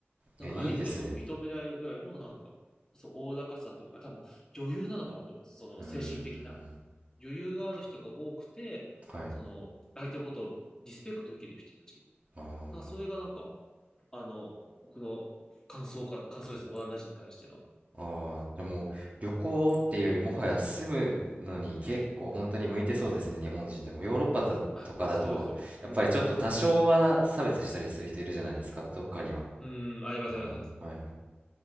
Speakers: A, on the left; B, on the right.
A: なんか相手をこう認めないぐらいのなんか、
B: え、いいですね。
A: そう、おおらかさというか、多分余裕なのかなと思います。その精神的な
B: うん、
A: 余裕がある人が多くて、
B: はい。
A: その相手のことをリスペクトできる人たち。
B: ああ。
A: なんかそれがなんか、あの、僕の感想か、感想ですね。オランダ人に対しての。
B: ああ、じゃあもう旅行っていうよりもはや住
A: うん。
B: むのに結構本当に向いてそうですね、日本人でも。ヨーロッパだとかだと、
A: あ、そうですよ。
B: やっぱりちょっと多少は差別したりする人いるじゃないですか、
A: うん。うん。
B: どっかには。
A: うん。あります、
B: ああ、
A: あります、あります。
B: はい。